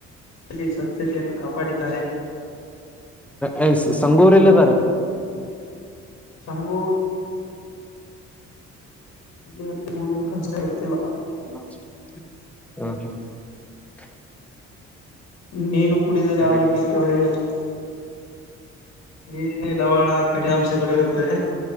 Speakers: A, on the left; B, in the centre.
A: ಅಲ್ಲಿ ಸ್ವಚ್ಛತೆಯನ್ನು ಕಾಪಾಡಿದ್ದಾರೆ
B: ಅ ಸಂಗೋರೆ ಎಲ್ಲದಾರೆ
A: ಸಂಗೂರ್ ಎಲ್ಲಿ ಹ ಅ ಕನ್ಸ ಗೊತ್ತಿಲ್ಲ <unintelligible>
B: <inaudible>
A: ನೀರು ಕುಡಿದರೆ
B: ಕರೆಕ್ಟ್
A: ಆರೋಗ್ಯಕ್ಕೆ ಒಳ್ಳೆಯದು- ಇಲ್ಲಿ ಲವಣ ಕಡಿನಾಂಶಗಳು ಇರುತ್ತೆ